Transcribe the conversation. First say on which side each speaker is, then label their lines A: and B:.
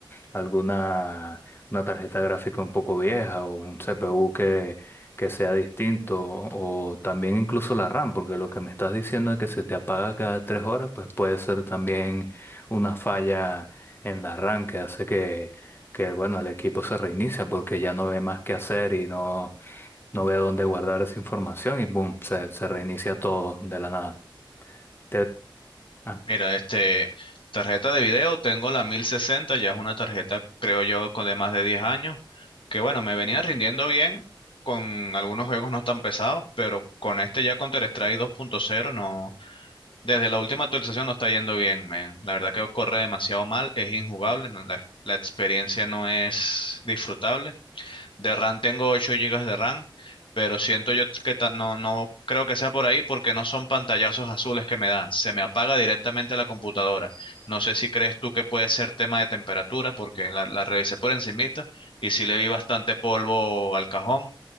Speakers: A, on the left; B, on the left.
A: alguna una tarjeta gráfica un poco vieja o un CPU que, que sea distinto o también incluso la RAM, porque lo que me estás diciendo es que se te apaga cada tres horas, pues puede ser también una falla en la RAM que hace que, que bueno, el equipo se reinicia porque ya no ve más qué hacer y no, no ve dónde guardar esa información y boom, se, se reinicia todo de la nada. Te- ah.
B: Mira, este, tarjeta de video, tengo la mil sesenta ya es una tarjeta, creo yo, con de más de 10 años, que bueno, me venía rindiendo bien con algunos juegos no tan pesados, pero con este ya con Counter-Strike dos punto cero no, desde la última actualización no está yendo bien, men. La verdad que corre demasiado mal, es injugable, no- la, la experiencia no es disfrutable. De RAM tengo 8 gigas de RAM, pero siento yo que ta- no, no creo que sea por ahí porque no son pantallazos azules que me da Se me apaga directamente la computadora. No sé si crees tú que puede ser tema de temperatura porque la, la revisé por encimita y sí le vi bastante polvo al cajón